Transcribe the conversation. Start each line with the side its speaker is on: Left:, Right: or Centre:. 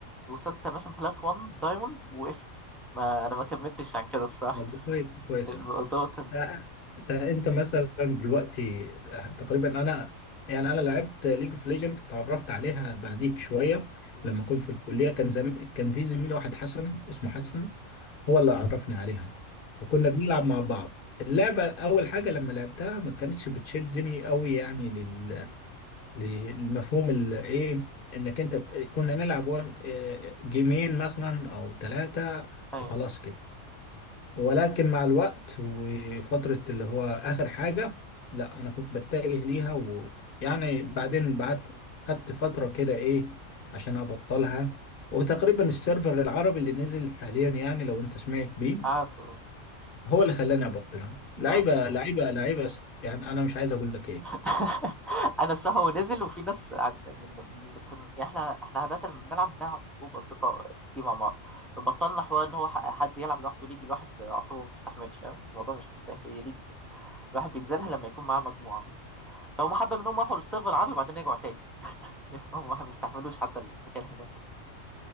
Centre: وصلت مثلا بلات 1 دايموند وقفت ما انا ما كملتش عن كده الصراحه
Left: طب كويس كويس
Centre: الموضوع
Left: والله
Centre: كان
Left: آه، انت انت مثلا دلوقتي آه، تقريبا انا يعني انا لعبت ليج اوف ليجند اتعرفت عليها بعديك شويه
Centre: أيوة،
Left: لما كنت في الكليه كان زم... كان في زميل واحد حسن اسمه حسن هو اللي عرفني عليها وكنا بنلعب مع بعض اللعبه اول حاجه لما لعبتها ما كانتش بتشدني قوي يعني لل... للمفهوم ال- ايه انك انت ت- كنا نلعب وان- آه، آه، جيمين مثلا او ثلاثه
Centre: أيوة،
Left: وخلاص كده ولكن مع الوقت وفترة اللي هو آخر حاجة لا أنا كنت بتجه ليها ويعني بعدين بعد خدت فترة كده إيه عشان أبطلها وتقريبا السيرفر العربي اللي نزل حاليا يعني لو أنت سمعت بيه
Centre: عفو
Left: هو اللي خلاني أبطلها لعيبة
Centre: اه
Left: آه. لعيبة لعيبة س- يعني أنا مش عايز أقول لك إيه
Centre: <laughs> انا الصح ونزل وفي ناس عند- من من اللي كنا يعني احنا احنا عاده لما بنلعب بنلعب جروب اصدقاء كتير مع بعض فبطلنا حوار ان هو ح- حد يلعب لوحده ليج الواحد اعصابه ما تستحملش فاهم الموضوع مش مستاهل هي ليج الواحد بينزلها لما يكون معاه مجموعه بس فهم حبه منهم راحوا للسيرفر العربي وبعدين رجعوا تاني <laughs> هم ما استحملوش حتى المكان هناك